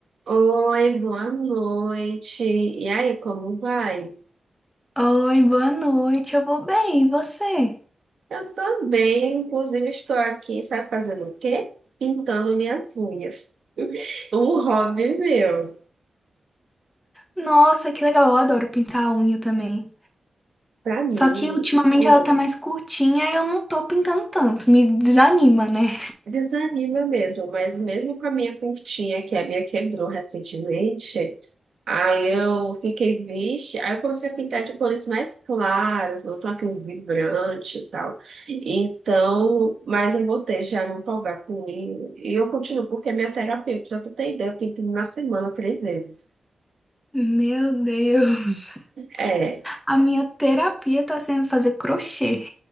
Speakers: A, on the right; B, in the centre.
A: Oi, boa noite. E aí, como vai?
B: Oi, boa noite. Eu vou bem, e você?
A: Eu tô bem, inclusive estou aqui, sabe fazendo o quê? Pintando minhas unhas. <laughs> Um hobby meu.
B: Nossa, que legal. Eu adoro pintar a unha também.
A: Pra mim,
B: Só que ultimamente
A: olha,
B: ela tá mais curtinha e eu não tô pintando tanto. Me desanima, né?
A: desanima mesmo, mas mesmo com a minha pintinha, que a minha quebrou recentemente, Aí eu fiquei, vixe. Aí eu comecei a pintar de cores mais claras, não tão aquele vibrante e tal. Então, mas eu voltei já a me empolgar com ele. E eu continuo, porque é minha terapeuta, pra tu ter ideia, eu pinto na semana três vezes.
B: Meu Deus.
A: É,
B: A minha terapia tá sendo fazer crochê.